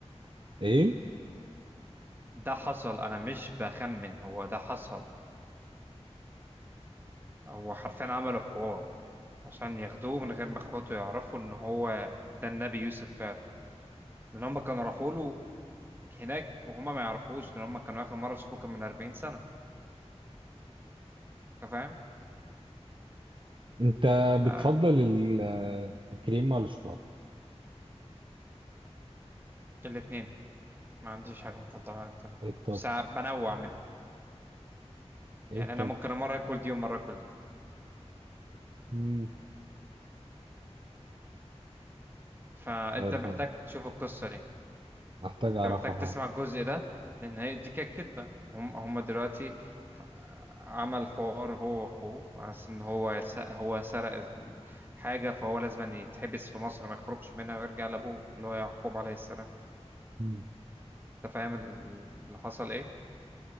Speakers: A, on the right; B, on the right.
A: ايه
B: ده حصل أنا مش بخمن هو ده حصل هو حرفيا عملوا حوار عشان ياخدوه من غير ما إخواته يعرفوا إن هو ده النبي يوسف فعلا لأن هم كانوا راحوا له هناك وهما ما يعرفوش لأن هم كانوا آخر مرة شافوه كان من 40 سنة أنت فاهم؟
A: انت
B: آه.
A: بتفضل ال- الكريمه ولا الشوكولاته
B: الاتنين ما عنديش حاجة مفضلة عن التاني
A: ايه الطب
B: بس بنوع منهم يعني
A: ايه الطب
B: أنا ممكن مرة آكل دي ومرة آكل دي
A: مم،
B: فأنت
A: مش عارف
B: محتاج
A: انا
B: تشوف القصة دي
A: محتاج
B: انت
A: اعرفها
B: محتاج
A: فاهم
B: تسمع الجزء ده لان هي دي كانت كدبه هم هم دلوقتي عمل حوار هو واخوه حاسس ان هو س- هو سرق حاجه فهو لازم يتحبس في مصر ما يخرجش منها ويرجع لابوه اللي هو يعقوب عليه السلام
A: مم.
B: انت فاهم ال- اللي حصل ايه